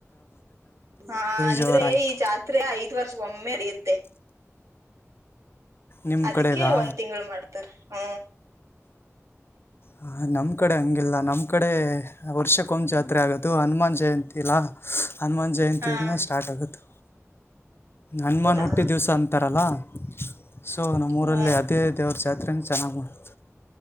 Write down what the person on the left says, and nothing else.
ಜೋರಾಯಿತು
ನಿಮ್ಮ
ಕಡೆದಾ
ಹ ನಮ್ ಕಡೆ ಹಂಗಿಲ್ಲ ನಮ್ಮ್ ಕಡೆ ವರ್ಷಕ್ಕೊಂದು ಜಾತ್ರೆ ಆಗೋದು ಹನುಮಾನ್ ಜಯಂತಿ ಇಿಲ್ಲ ಹನುಮನ್ ಜಯಂತಿದಿಂದ
ಸ್ಟಾರ್ಟ್ ಆಗುತ್ತೆ ಹನುಮಾನ್
ಹುಟ್ಟಿ ದಿವ್ಸ ಅಂತಾರಲ್ಲ ಸೊ ನಮ್ಮೂಊರಲ್ಲಿ
ಅದೇ ದೇವ್ರ ಜಾತ್ರೆ ಚೆನ್ನಾಗಿ್ ಮಾಡೆ <unintelligible>